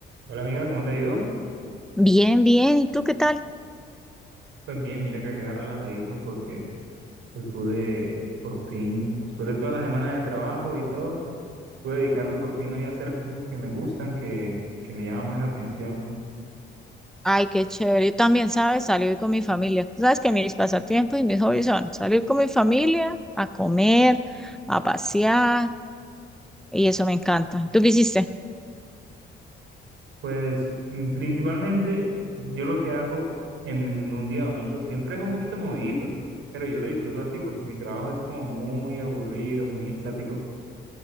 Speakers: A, on the right; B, in the centre.
A: Hola amiga, ¿cómo te ha ido?
B: Bien, bien. ¿Y tú qué tal?
A: Pues bien, mira que acá relajadito porque hoy pude por fin, después de todas las semanas de trabajo y todo, pude dedicarme por fin hoy a hacer cosas que me gustan, que, que me llaman más la atención.
B: Ay, qué chévere. Yo también, ¿sabes? Salir con mi familia. Tú Sabes que mis pasatiempos y mis hobbies son salir con mi familia, a comer, a pasear, y eso me encanta. ¿Tú qué hiciste?
A: Pues mm, principalmente yo lo que hago en un día domingo siempre es un poquito movidito, pero yo lo disfruto así porque mi trabajo es como muy aburrido, muy estático.